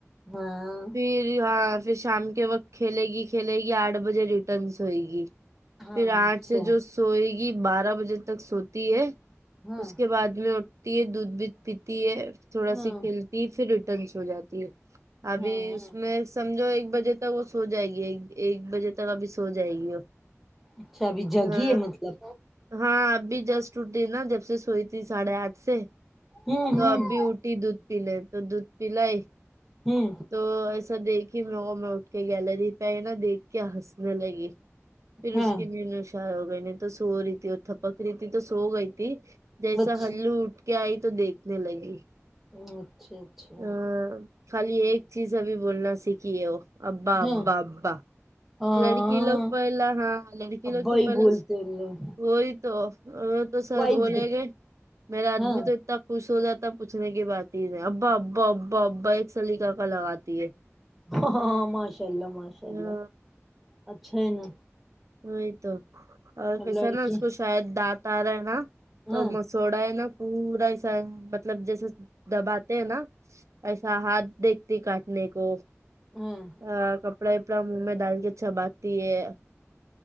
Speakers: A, in the centre; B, on the right.
A: ہاں
B: پھر ہاں پھر شام کے وقت کھیلے گی کھیلے گی آٹھ بجے ریٹرن سوئے گی
A: ہاں
B: پھر آٹھ
A: اچھا
B: سے جو سوئے گی بارہ بجے تک سوتی ہے
A: ہاں
B: اس کے بعد میں پی دودھ بھی پیتی ہے تھوڑا
A: ہاں
B: سی کھیلتی ہے پھر ریٹرن سو جاتی ہے ابھی
A: ہاں
B: اس میں سمجھو ایک بجے تک وہ سو جائے گی ایک ایک بجے تک ابھی سو جائے گی وہ
A: اچھا ابھی جگی
B: ہاں
A: ہے مطلب
B: ہاں ابھی جسٹ اٹھی نا جب سے سوئی تھی ساڑھے آٹھ سے
A: ہوں
B: تو
A: ہوں
B: اب بھی اٹھی تو دودھ پی لیں تو دودھ پی لائی
A: ہوں
B: تو ایسا دیکھی میں اٹھ کے گیلری پہ ہی نا دیکھ کے ہنسنے لگی پھر
A: ہاں
B: اس کی نیند اشار ہو گئی نہیں تو سو رہی تھی اور تھپک رہی تھی تو سو گئی تھی جیسا
A: اچھا
B: ہلو اٹھ کے آئی تو دیکھنے لگی
A: ہ اچھا اچھا
B: ہاں خالی ایک چیز ابھی بولنا سیکھی ہے وہ ابا
A: ہاں
B: ابا ابا
A: ہاں
B: لڑکی لوگ پہلا ہاں لڑکی
A: ابا
B: لوگ تو
A: ہی
B: پہلا
A: بولتے ان لوگ
B: وہی تو وہ تو سب
A: وائفس
B: بولیں
A: دے
B: گے میرا آدمی
A: ہاں
B: تو اتنا خوش ہو جاتا پوچھنے کی بات ہی نہیں ابا ابا ابا ابا ایک سلیکا کا لگاتی ہے
A: ہاں ہاں ماشاء اللہ ماشاء اللہ
B: ہاں
A: اچھا ہے نا
B: وہی تو اور کیسا
A: لڑکی
B: ہے نا اس کو شاید دانت آ رہا ہے نا
A: ہاں
B: تو م مسوڑا ہے نا پورا ایسا مطلب جیسے دباتے ہیں نا ایسا ہاتھ دیکھتی کاٹنے کو
A: ہوں
B: ہاں کپڑا اپڑا منہ میں ڈال کے چباتی ہے